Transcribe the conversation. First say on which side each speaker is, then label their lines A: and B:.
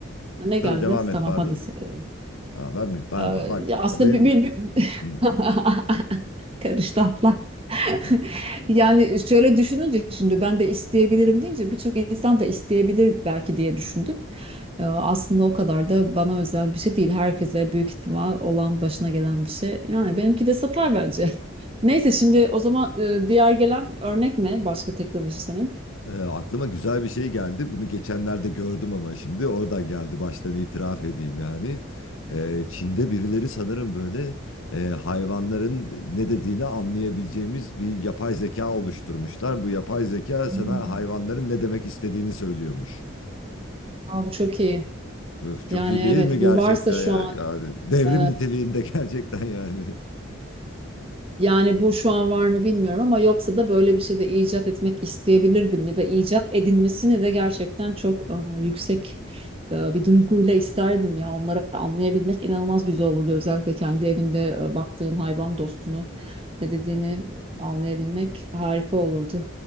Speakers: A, on the right; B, on the left.
A: Ne geldi?
B: tabii devam et
A: Tamam
B: pardon
A: hadi. Ee,
B: ha, ben mi ben
A: e,
B: bak
A: ya aslında
B: o benim
A: bir, bir, bir...
B: Hı.
A: <laughs> karıştı atlar. <laughs>
B: <laughs>
A: Yani şöyle düşününce şimdi ben de isteyebilirim deyince birçok insan da isteyebilir belki diye düşündüm. Ee, Aslında o kadar da bana özel bir şey değil. Herkese büyük ihtimal olan başına gelen bir şey. Yani benimki de satar bence. <laughs> Neyse şimdi o zaman e, diğer gelen örnek ne? Başka teknoloji senin.
B: Ee, aklıma güzel bir şey geldi. Bunu geçenlerde gördüm ama şimdi oradan geldi. Baştan itiraf edeyim yani. Ee, Çin'de birileri sanırım böyle e, hayvanların ne dediğini anlayabileceğimiz bir yapay zeka oluşturmuşlar. Bu yapay zeka
A: Hmm.
B: sana hayvanların ne demek istediğini söylüyormuş.
A: Aa, bu çok iyi.
B: Öf, çok
A: Yani
B: iyi değil
A: evet
B: mi
A: bu
B: gerçekten
A: varsa şu
B: ya?
A: an
B: Yani devrim
A: evet,
B: niteliğinde <laughs> gerçekten yani.
A: yani bu şu an var mı bilmiyorum ama yoksa da böyle bir şey de icat etmek isteyebilirdim ya da icat edilmesini de gerçekten çok e, yüksek e, bir duyguyla isterdim ya onları anlayabilmek inanılmaz güzel olurdu özellikle kendi evinde e, baktığın hayvan dostunu ne dediğini anlayabilmek harika olurdu.